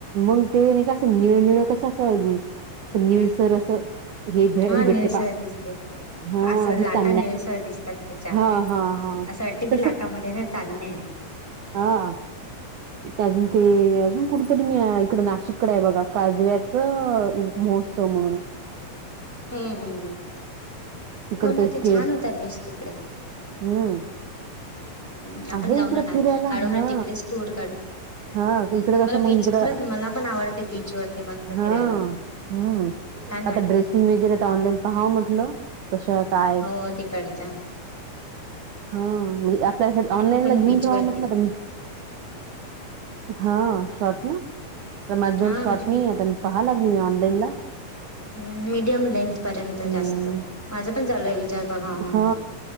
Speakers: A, on the right; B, in the centre.
A: मग ते नाही का असं निळनळ कसं असं निळसर असं ही ब
B: हा
A: हीबे्टेपा
B: निळसळ दिसते.
A: हा
B: असं लाटा
A: ह
B: निळसळ दिसतात त्याच्या
A: ह
B: असं वाटते
A: त
B: की लाटामध्ये अशा चांदण्या आहेत.
A: हा अजून ते अजून कुठ तरी मी इकड नाशिककडे आहे बघा काजव्याच महोत्सव म्हणून आहे
B: हम्म हम्म हम्
A: तिकड
B: हो ना ते
A: के
B: छान होता बेस तिकडे
A: हम्म
B: हम् आपण
A: आहे
B: जाऊन
A: इकड
B: ना
A: फिरायला
B: काढू
A: हा
B: ना तिकडेच टूर काढू
A: हा इकडे कसं
B: मला
A: मग
B: बीच
A: इकडं
B: खरंच मला पण आवडते बीच वरती मस्त
A: हा
B: फिरायला
A: हम्म
B: छान
A: आता
B: वाटते
A: ड्रेसिंग वगैरे तर ऑनलाईन पहावं म्हटलं कशा काय
B: हो तिकडच्या
A: हा म्हणजे अप्लायसाठी ऑनलाईनला
B: पण
A: घेऊन
B: बीच
A: ठेवा
B: वरती
A: म्हटलं तर मी हा शर्ट ना तर माझा जवळ
B: हा
A: शॉर्ट
B: म्हणजे
A: नाही आहे तर मी पहा लागली मी ऑनलाईन ला
B: ह् मीडियम लेंथ पर्यंत
A: हम्म
B: जा असत माझ पण लय विचार बघा म्हणून
A: हा